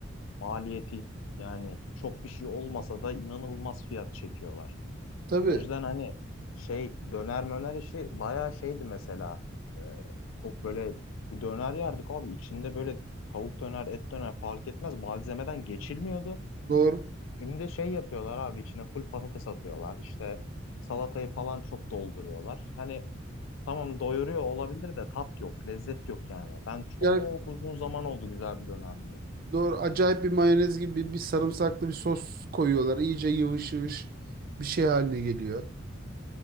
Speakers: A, on the left; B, on the right.
A: Maliyeti yani çok bir şey olmasa da inanılmaz fiyat çekiyorlar.
B: Tabii
A: Önceden hani şey döner möner işi bayağı şeydi mesela. Ee, çok böyle bir döner yerdik abi. İçinde böyle tavuk döner, et döner fark etmez. Malzemeden geçilmiyordu.
B: doğru.
A: Şimdi şey yapıyorlar abi içine full patates atıyorlar. İşte salatayı falan çok dolduruyorlar. Hani tamam doyuruyor olabilir de tat yok, lezzet yok yani. Ben çok
B: Ya
A: uzun zaman oldu güzel bir döner yiyeli.
B: doğru acayip bir mayonez gibi bir sarımsaklı bir sos koyuyorlar. İyice yıvış yıvış bir şey haline geliyor.